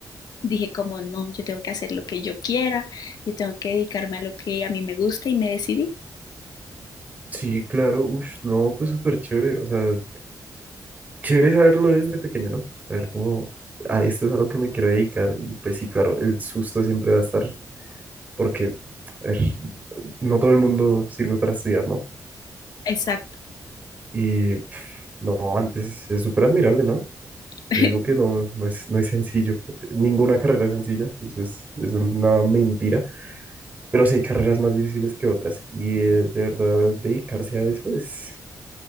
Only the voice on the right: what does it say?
Sí, claro, uff, no, pues súper chévere, o sea, chévere saberlo desde pequeño, ¿no? Saber cómo, ah, esto es a lo que me quiero dedicar. Y pues sí, claro, el susto siempre va a estar, porque, a ver, no todo el mundo sirve para estudiar, ¿no?
Y pf, no, antes es súper admirable, ¿no?
Yo digo que no, no es, no es sencillo. Ninguna carrera es sencilla, eso es, es una mentira. Pero sí hay carreras más difíciles que otras. Y eh, de verdad, dedicarse a eso es,